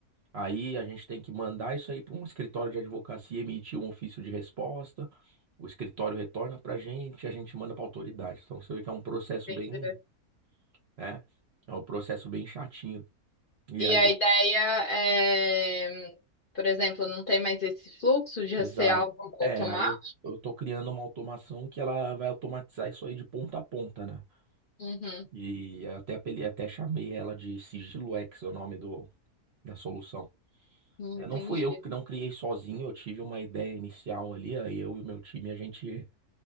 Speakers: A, on the right; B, on the left.
A: Aí a gente tem que mandar isso aí para um escritório de advocacia emitir um ofício de resposta. O escritório retorna para a gente, e a gente manda para a autoridade. Então você vê que é um processo
B: Entendi.
A: bem, né? É um processo bem chatinho. E
B: E
A: aí
B: a ideia é, por exemplo, não ter mais esse fluxo de
A: Exato.
B: ser algo
A: É,
B: automático.
A: aí eu, eu tô criando uma automação que ela vai automatizar isso aí de ponta a ponta, né?
B: Uhum.
A: E até, apeli- até chamei ela de Sigilo X, é o nome do, da solução.
B: Hum,
A: Eh,
B: Entendi.
A: Não fui eu que não criei sozinho, eu tive uma ideia inicial ali, aí eu e o meu time, a gente,